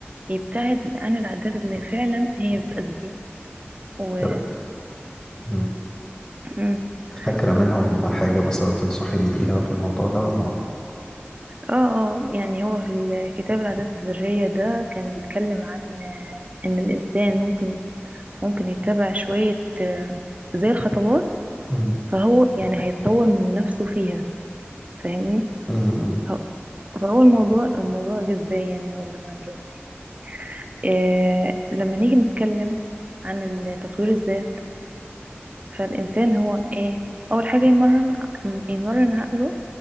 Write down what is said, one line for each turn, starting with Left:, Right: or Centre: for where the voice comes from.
Right: يبتعد عن العادات اللي فعلا هي بتأذيه و
Left: طب، مم.
Right: <clears throat>
Left: فاكرة منهم حاجة مثلا تنصحيني بيها في الموضوع ده ولا
Right: اه اه يعني هو في الكتاب العادات الذرية ده كان بيتكلم عن آه، إن الإنسان ممكن ممكن يتبع شوية آه، زي الخطوات
Left: مم،
Right: فهو يعني هيتطور من نفسه فيها فاهمني
Left: مم، مم،
Right: هو- فهو الموضوع الموضوع جه ازاي يعني هقول لك انا دلوقتي إيه لما نيجي نتكلم عن تطوير الذات فالإنسان هو ايه أول حاجة يمرن يمرن عقله